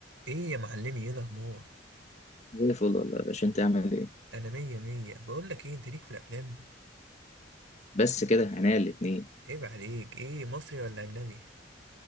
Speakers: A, on the right (about 85°); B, on the left (about 35°).
A: ايه يا معلمي ايه الاخبار
B: زي الفل والله يا باشا انت عامل ايه
A: انا مية مية بقول لك ايه انت ليك في الافلام
B: بس كده عينيا الاتنين
A: عيب عليك ايه مصري ولا اجنبي